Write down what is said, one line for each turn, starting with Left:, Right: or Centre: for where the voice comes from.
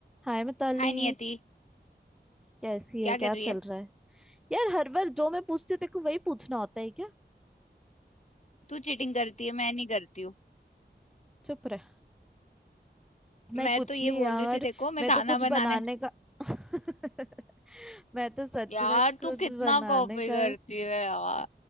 Centre: हाय मिताली
Left: हाय नियति
Centre: कैसी है
Left: क्या
Centre: क्या
Left: कर रही
Centre: चल
Left: है
Centre: रहा है यार हर बार जो मैं पूछती हूँ तेरे को वही पूछना होता है क्या
Left: तू चीटिंग करती है मैं नहीं करती हूँ
Centre: चुप रह मैं
Left: मैं
Centre: कुछ
Left: तो ये
Centre: नहीं
Left: बोल
Centre: यार
Left: रही थी देखो
Centre: मैं
Left: मैं खाना
Centre: तो कुछ
Left: बनाने
Centre: बनाने का <laughs> मैं तो सच
Left: यार
Centre: में कुछ
Left: तू कितना
Centre: बनाने
Left: कॉपी
Centre: का
Left: करती है यार